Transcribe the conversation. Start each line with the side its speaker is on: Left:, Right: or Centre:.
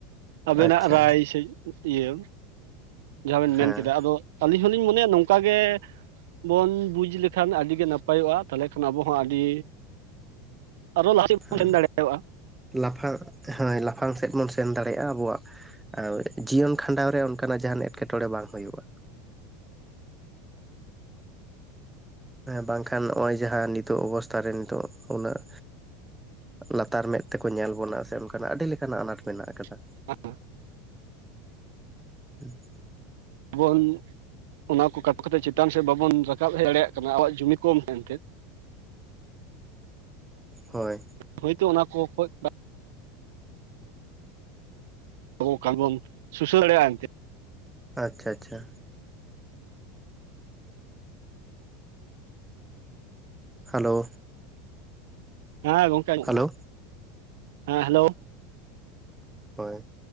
Right: ᱟᱵᱮᱱᱟᱜ
Centre: ᱟᱪᱪᱷᱟ
Right: ᱨᱟᱭ ᱥᱮ ᱤᱭᱟᱹ ᱡᱟᱦᱟᱸ ᱵᱮᱱ
Centre: ᱦᱮᱸ
Right: ᱢᱮᱱ ᱠᱮᱫᱟ ᱟᱫᱚ ᱟᱹᱞᱤᱧ ᱟᱹᱞᱤᱧ ᱦᱚᱞᱤᱧ ᱢᱚᱱᱮᱭᱟ ᱱᱚᱝᱠᱟ ᱜᱮ ᱵᱚᱱ ᱵᱩᱡᱽ ᱞᱮᱠᱷᱟᱱ ᱟᱹᱰᱤᱜᱮ ᱱᱟᱯᱟᱭᱚᱜᱼᱟ ᱛᱟᱦᱞᱮ ᱠᱷᱟᱱ ᱟᱵᱚ ᱦᱚᱸ ᱟᱹᱰᱤ ᱟᱨᱚ ᱞᱟᱦᱟᱥᱮᱫ <unintelligible> ᱵᱚᱱ
Centre: ᱦᱮᱸ
Right: ᱥᱮᱱ ᱫᱟᱲᱮᱭᱟᱜᱼᱟ ᱾
Centre: ᱞᱟᱯᱷᱟᱝ ᱦᱮᱭ ᱞᱟᱯᱷᱟᱝ ᱥᱮᱫ ᱵᱚᱱ ᱥᱮᱱ ᱫᱟᱲᱮᱜᱼᱟ ᱟᱵᱚᱣᱟᱜ ᱡᱤᱭᱚᱱ ᱠᱷᱟᱸᱰᱟᱣ ᱨᱮ ᱚᱱᱠᱟᱱᱟᱜ ᱡᱟᱦᱟᱱ ᱮᱴᱠᱮᱴᱚᱬᱮ ᱵᱟᱝ ᱦᱳᱭᱳᱜᱼᱟ, ᱵᱟᱝᱠᱷᱟᱱ ᱱᱚᱜᱼᱚᱭ ᱡᱟᱦᱟ ᱱᱤᱛᱚᱜ ᱚᱵᱚᱥᱛᱷᱟ ᱨᱮ ᱱᱤᱛᱚᱜ ᱩᱱᱟᱹᱜ ᱞᱟᱛᱟᱨ ᱢᱮᱫ ᱛᱮᱠᱚ ᱧᱮᱞ ᱵᱚᱱᱟ ᱥᱮ ᱚᱱᱠᱟᱱᱟᱜ ᱟᱹᱰᱤ ᱞᱮᱠᱟᱱᱟᱜ ᱟᱱᱟᱴ ᱢᱮᱱᱟᱜ ᱟᱠᱟᱫᱟ
Right: <unintelligible>
Centre: ᱾ <unintelligible>
Right: ᱵᱚᱱ ᱚᱱᱟ ᱠᱚ ᱠᱟᱴᱚ ᱠᱟᱛᱮᱫ ᱪᱮᱛᱟᱱ ᱥᱮᱫ ᱵᱟᱵᱚᱱ ᱨᱟᱠᱟᱵ ᱦᱮᱡ ᱫᱟᱲᱮᱭᱟᱜ ᱠᱟᱱᱟ ᱟᱵᱣᱟᱜ ᱡᱩᱢᱤ ᱠᱚᱢ ᱢᱮᱱᱛᱮ
Centre: ᱦᱳᱭ
Right: ᱦᱳᱭᱛᱳ ᱚᱱᱟ ᱠᱚ ᱠᱷᱚᱡ ᱟᱵᱚ <unintelligible> ᱵᱚᱱ ᱥᱩᱥᱟᱹᱨ ᱫᱟᱲᱮᱭᱟᱜᱼᱟ ᱮᱱᱛᱮ
Centre: ᱟᱪᱪᱷᱟ ᱟᱪᱪᱷᱟ ᱦᱮᱞᱳ
Right: ᱦᱮᱸ ᱜᱚᱝᱠᱮ ᱟᱸᱡᱟᱢᱚᱜ
Centre: ᱦᱮᱞᱳ
Right: ᱠᱟᱱᱟ ᱦᱮᱸ ᱦᱮᱞᱳ
Centre: ᱦᱳᱭ